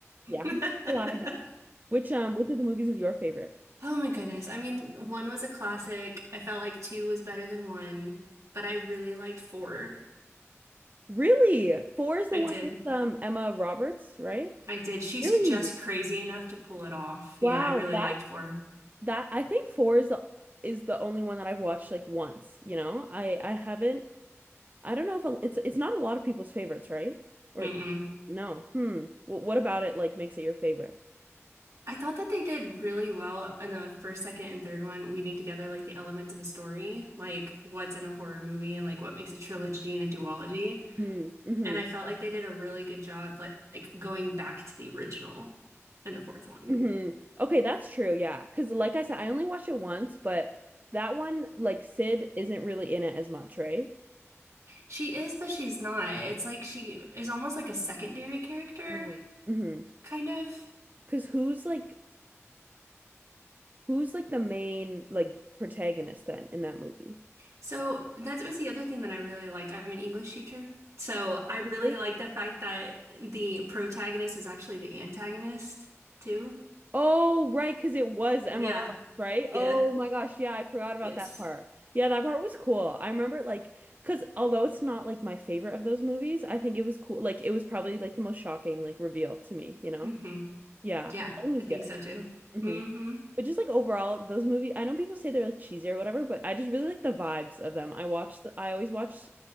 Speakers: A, on the right; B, on the right.
A: Yeah.
B: <laughs>
A: <laughs> Collide, yeah. Which um which of the movies is your favorite?
B: Oh my goodness. I mean, one was a classic. I felt like two was better than one, but I really liked four.
A: Really? Four is the
B: I
A: one
B: did.
A: with um Emma Roberts, right?
B: I did. She's
A: Really?
B: just crazy enough to pull it off.
A: Wow,
B: Yeah, I really
A: that
B: liked 4
A: that I think four is the is the only one that I've watched like once, you know? I I haven't I don't know if a, it's it's not a lot of people's favorites, right? Or
B: Mm-mm.
A: no. Hmm. Well, what about it like makes it your favorite?
B: I thought that they did really well in the first, second, and third one, weaving together like the elements of a story, like what's in a horror movie and like what makes a trilogy and a duology.
A: Hmm. hmm
B: And I felt like they did a really good job, like like going back to the original in the fourth one.
A: hmm Okay, that's true. Yeah, because like I said, I only watched it once, but that one like Sid isn't really in it as much, right?
B: She is, but she's not. It's like she is almost like a secondary character,
A: Mm-hmm.
B: kind of.
A: Because who's like Who's like the main like protagonist then in that movie?
B: So that was the other thing that I really liked. I'm an English teacher. So I really
A: Really?
B: liked the fact that the protagonist was actually the antagonist too.
A: Oh, right, because it was Emma
B: Yeah,
A: Roberts, right?
B: yeah,
A: Oh my gosh, yeah, I forgot about
B: yes.
A: that part. Yeah, that part was cool. I remember it, like because although it's not like my favorite of those movies, I think it was cool. Like it was probably like the most shocking like reveal to me, you know?
B: hmm
A: Yeah,
B: Yeah,
A: that one was
B: I think
A: good.
B: so too.
A: hmm
B: hmm
A: But just like overall, those movies, I know people say they're like cheesy or whatever, but I just really like the vibes of them. I watch the, I always watch